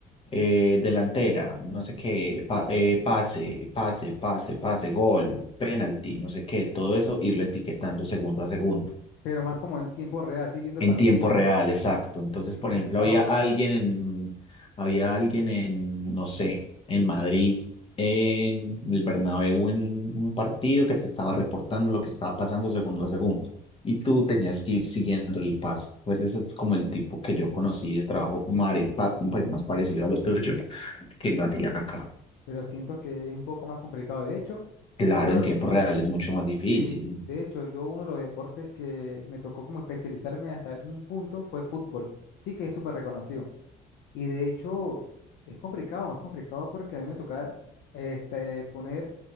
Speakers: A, on the left; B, on the left.
A: eh, delantera, no sé qué, pa- eh, pase, pase, pase, pase, gol, penalti, no sé qué, todo eso, irlo etiquetando segundo a segundo.
B: pero más como en tiempo real, así viendo
A: En
B: el partido,
A: tiempo real, exacto. Entonces,
B: uy, qué
A: por
B: complicado,
A: ejemplo, había alguien en, había alguien en, no sé, en Madrid, en el Bernabéu, en un partido que te estaba reportando lo que estaba pasando segundo a segundo. Y tú tenías que ir siguiendo el paso. Pues ese es como el tipo que yo conocí de trabajo mare- pa- pues más parecido a lo tuyo, que lo hacían acá.
B: pero siento que es un poco más complicado. De hecho,
A: Claro,
B: uno, de
A: en tiempo
B: lo-
A: real es mucho más difícil.
B: sí, de hecho, yo uno de los deportes que me tocó como especializarme hasta un punto fue fútbol. Sí que es súper reconocido. Y de hecho, es complicado, es complicado porque a mí me toca este, poner